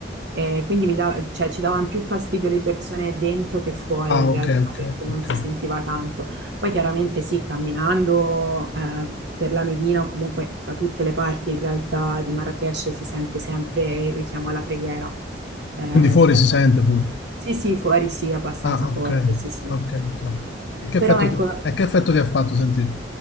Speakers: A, on the right (about 70°); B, on the left (about 70°).
A: E quindi mi dava- cioè, ci davano più fastidio le persone dentro che fuori
B: Ah,
A: in
B: ok,
A: realtà
B: ok,
A: perché non
B: ok.
A: si sentiva tanto. Poi chiaramente sì, camminando eh, per la Medina o comunque da tutte le parti in realtà di Marrakech si sente sempre il richiamo alla preghiera. Eh,
B: Quindi fuori
A: sì, è
B: si
A: abbast-
B: sente pure.
A: sì, sì, fuori sì, è abbastanza
B: Ah,
A: forte,
B: ok,
A: sì, sì.
B: ok, ok. E che
A: Però
B: effetto
A: ecco,
B: ti, e che effetto ti ha fatto sentire?